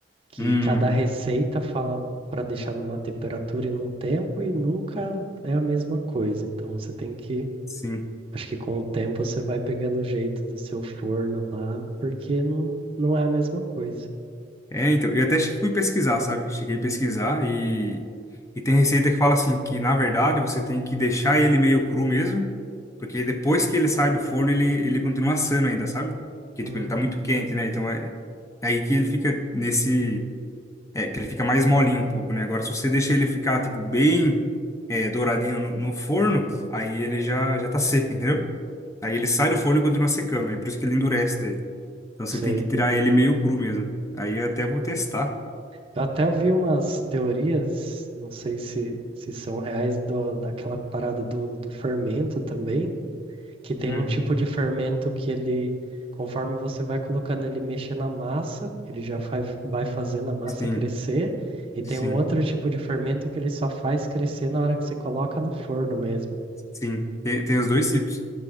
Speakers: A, on the right (about 30°); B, on the left (about 15°).
A: que
B: uhum,
A: cada receita fala para deixar numa temperatura e num tempo e nunca é a mesma coisa. Então, você tem que
B: sim.
A: Acho que com o tempo você vai pegando o jeito do seu forno lá, porque não, não é a mesma coisa.
B: É, então, eu até fui pesquisar, sabe? Cheguei a pesquisar e, e tem receita que fala assim, que na verdade você tem que deixar ele meio cru mesmo, porque depois que ele sai do forno, ele, ele continua assando ainda, sabe? Porque,
A: Hum,
B: tipo, ele tá muito quente, né? Então é, é aí que ele fica nesse... É, que ele fica mais molinho um pouco, né? Agora, se você deixa ele ficar, tipo, bem é, douradinho no, no forno, aí ele já, já tá seco, entendeu? Aí ele sai do forno e continua secando, é por isso que ele endurece daí. Então você
A: sei.
B: tem que tirar ele meio cru mesmo. Aí eu até vou testar.
A: Eu até ouvi umas teorias, não sei se, se são reais, do, daquela parada do, do fermento também, que tem
B: Uhum.
A: um tipo de fermento que ele, conforme você vai colocando ele mexer na massa, ele já faz, vai fazendo a massa
B: Sim,
A: crescer, e tem
B: sim,
A: um outro tipo de fermento que ele só faz crescer na hora que você coloca no forno mesmo.
B: sim. Tem, tem os dois tipos.